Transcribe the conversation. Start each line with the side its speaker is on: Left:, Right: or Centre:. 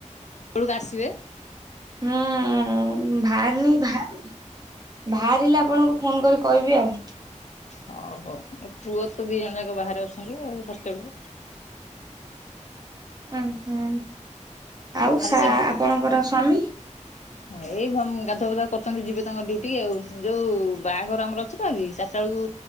Left: ତଳକୁ ଆସିବେ
Right: ହୁଁ ବାହାରିନି ବାହାରିଲେ ଆପଣଙ୍କୁ ଫୋନ କରି କହିବି ଆଉ
Left: ହଉ ହଉ ଏ ପୁଅ ତ ଦିଇ ଜଣ ଯାକ ବାହାରେ ଅଛନ୍ତି ଆଉ ହଷ୍ଟେଲରେ
Right: ଓ ହୋ ଆଉ
Left: ଆଜି
Right: ଆପଣଙ୍କର ସ୍ଵାମୀ
Left: ଁ ଏଇ ଗାଧ ଫଧା କରୁଛନ୍ତି ଯିବେ ତାଙ୍କ ଡୁଟି ଆଉ ଯୋଉ ବାହାଘର ଆମର ଅଛି ତ ଆଜି ଚାରିଟା ବେଳକୁ